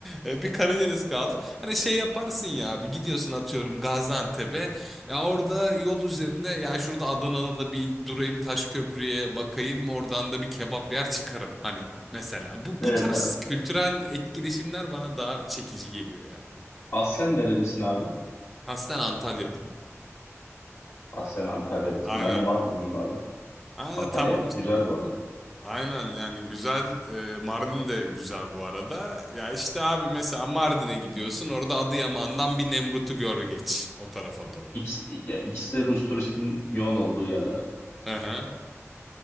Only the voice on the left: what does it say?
Evet
abi.
Aslen nerelisin abi?
Aslen Antalyalısın.
Ben de Mardinliyim abi.
Antalya
güzel bu arada.
İkisi, ya, ikisi de Rus turistin yoğun olduğu yerler.